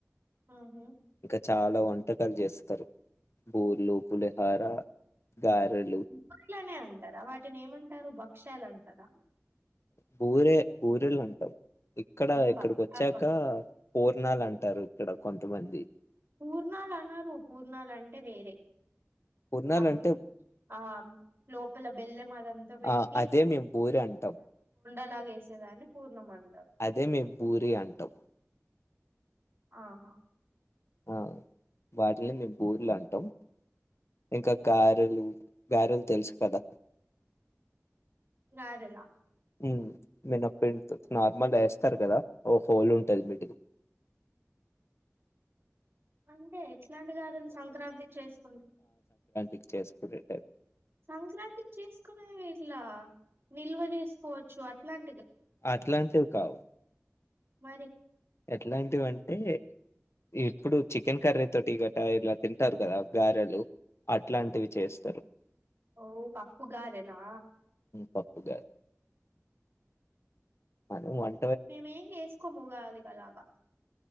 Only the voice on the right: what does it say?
ఓహొ
బూర్లనే అంటారా వాటిని ఏమంటారు భక్ష్యాల అంటారా
మేం
భక్ష్యాలు
అం
పూర్ణాలు అనారు పూర్ణాలంటే వేరే
అవి
ఆ లోపల బెల్లెం అదంతా బెట్టి
అలాగే వేసే వాన్ని పూర్ణాం బాగ
ఆహా
గారెల
అంతే ఇట్లాంటి గారెలు సంక్రాంతికి చేసుకుం
సంక్రాంతి చేసుకునేవి ఇట్లా నిల్వ చేసు పోచ్చు అట్లాం
మరి
ఓ పప్పుగారెలా
మేమేం చేసుకోముగాదికి అలాగా